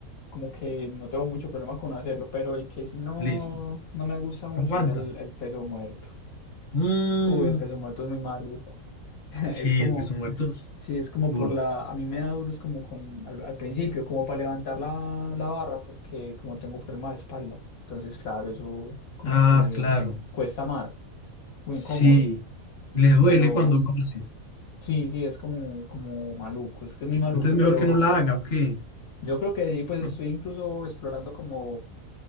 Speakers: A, on the left; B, on the left.
A: como que no tengo mucho problema con hacerlo, pero el que sí no,
B: listo.
A: no me gusta mucho
B: Aguanta.
A: es el, el peso muerto.
B: Mm.
A: Uy, el peso muerto es muy maluco. <laughs> Es
B: Sí,
A: como,
B: el peso muerto es
A: sí, es como
B: duro.
A: por la, a mí me da duro es como con, al, al principio, como para levantar la, la barra, porque como tengo problema de espalda, entonces claro, eso como
B: Ah,
A: que
B: claro.
A: cuesta más, muy
B: Sí.
A: incómodo,
B: Le duele
A: pero...
B: cuando lo hace.
A: Sí, sí, es como, como maluco, es que es muy maluco,
B: Entonces mejor
A: pero
B: que no la haga, ¿o qué?
A: yo creo que ahí pues
B: No,
A: estoy incluso explorando como